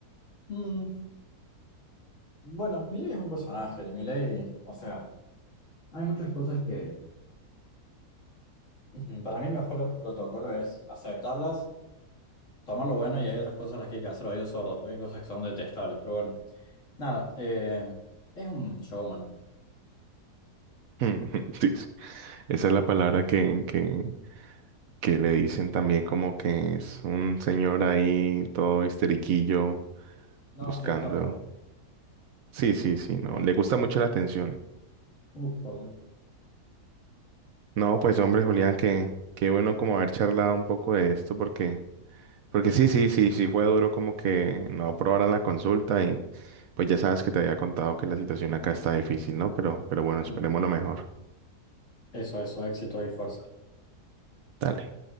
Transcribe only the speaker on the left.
Mm, bueno, Milei es un personaje. Milei, o sea, hay muchas cosas que ujú, para mí el mejor protocolo es aceptarlas, tomar lo bueno y hay otras cosas las que hay que hacer oídos sordos, porque hay cosas que son detestables. Pero bueno, nada, eh, es un showman.
No,
sí, está, pero...
Uf, perdón.
Mm,
Eso, eso, éxito y fuerza.